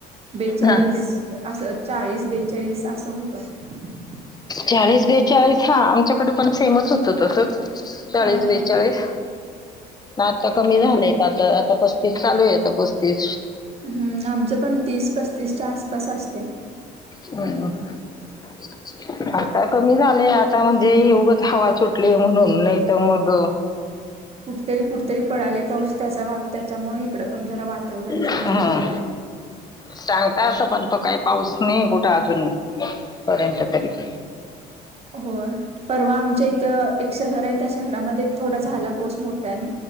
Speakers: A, on the right (about 35°); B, on the left (about 25°).
A: बेचाळीस
B: हा
A: असं चाळीस बेचाळीस असं होतं <inaudible>
B: चाळीस- बेचाळीस हा आमच्याकडे पण सेमच होत तसच चाळीस
A: हा हा
B: बेचाळीस <inaudible> ना आता कमी झालेयत आता -आता पस्तीस चालू आहेेत पस्तीस
A: हम्म आमचे पण तीस पस्तीसच्या आसपास असते
B: हम्म. <inaudible> आता कमी झालय, आता म्हणजे ही उगच हवा सुटली म्हणून त मग
A: कुठतरी- कुठतरी पडाले पाऊस त्याचा वा- त्याच्यामुळे इकडे पण जरा वातावरण चेंज
B: हं.
A: होतय. <inaudible>
B: सांगता असं पण तो काही पाऊस नहिहे कुठे अजून पर्यंत तरी <inaudible>
A: होय, परवा आमच्या इथं एक शहर आहे त्या शहरामध्ये थोडा झाला पाऊस मोठ्यानी.